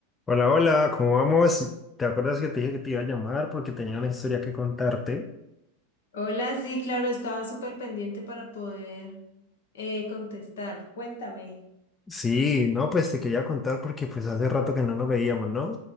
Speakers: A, on the left (about 15°); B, on the left (about 65°).
A: Hola, hola, ¿cómo vamos? ¿Te acuerdas que te dije que te iba a llamar porque tenía una historia que contarte?
B: Hola, sí, claro, estaba súper pendiente para poder eh, contestar. Cuéntame.
A: Sí, no, pues te quería contar porque pues hace rato que no nos veíamos, ¿no?